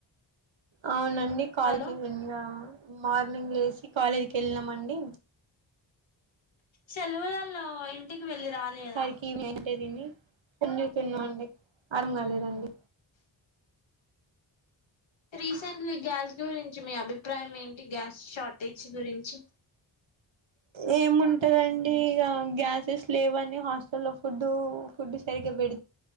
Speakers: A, on the right; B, on the left.
A: అవునండి కాలేకి
B: హలో
A: ఇంగ మార్నింగ్ లేసి కాలేజీకి ఎళ్ళినాం అండి
B: సెలవుల ల్లో ఇంటికి వెళ్ళి రాలేదా
A: వచ్చేసరికి <unintelligible> తిన్నామండి ఆరమ కాలేదండి
B: రీసెంట్లీ గ్యాస్ గురించి మీ అభిప్రాయం ఏంటి గ్యాస్ షార్టేజ్ గురించి
A: ఏముంటదండి ఇక గ్యాసెస్ లేవని హాస్టల్లో ఫుడ్ ఫుడ్ సరిగా పె